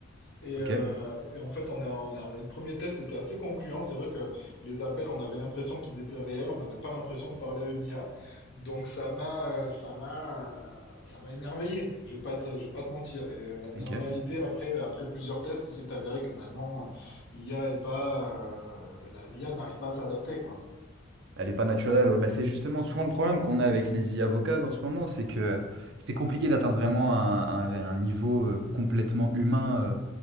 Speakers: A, on the left; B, on the right.
A: Et,
B: ok,
A: euh, et en fait, on a, on a- le premier test était assez concluant. C'est vrai que les appels, on avait l'impression qu'ils étaient réels, on n'avait pas l'impression de parler à une IA. Donc ça m'a, euh, ça m'a, ça m'a émerveillé. Je vais pas être, je vais pas te mentir. Et, euh, et
B: ok.
A: en réalité, après, après plusieurs tests, il s'est avéré que bah non, l'IA est pas, euh, la- l'IA n'arrive pas à s'adapter, quoi.
B: Elle est pas naturelle. Ouais, bah, c'est justement souvent le problème qu'on a avec les IA vocales en ce moment, c'est que c'est compliqué d'atteindre vraiment un, un- un niveau euh, complètement humain euh,